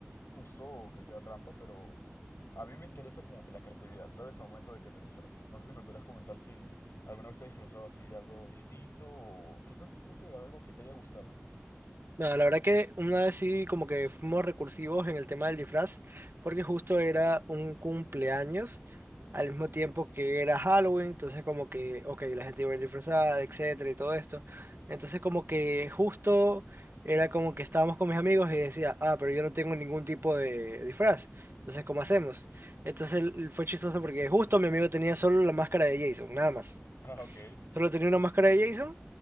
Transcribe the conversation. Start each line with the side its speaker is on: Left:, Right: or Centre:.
Left: justo o que sea trampa, pero... A mí me interesa como que la creatividad, ¿sabes? Al momento de que te disfraces. No sé si me podrías comentar si alguna vez te has disfrazado así de algo distinto o quizás, no sé, algo que te haya gustado.
Right: Nada, la verdad que una vez sí como que fuimos recursivos en el tema del disfraz, porque justo era un cumpleaños, al mismo tiempo que era Halloween, entonces como que, ok, la gente iba a ir disfrazada, etcétera, y todo esto. Entonces como que justo era como que estábamos con mis amigos y decía, ah, pero yo no tengo ningún tipo de disfraz,
Left: Ujú.
Right: entonces ¿cómo hacemos? Entonces el- fue chistoso porque justo mi amigo tenía solo la máscara de Jason, nada más.
Left: Ah, ok.
Right: Solo tenía una máscara de Jason.